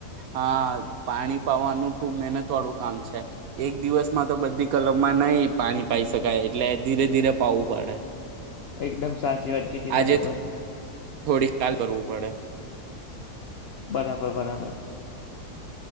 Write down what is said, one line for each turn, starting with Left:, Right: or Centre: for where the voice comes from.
Right: હા પાણી પાવાનું ખુબ મહેનત વાળું કામ છે એક દિવસમાં તો બધી કલમમાં નઈ પાણી પાઇ શકાય એટલે ધીરે ધીરે પાવવું પડે.
Left: એકદમ સાચી વાત કીધી
Right: આજે
Left: બરાબર
Right: થોડી કાલ કરવું પડે.
Left: બરાબર બરાબર.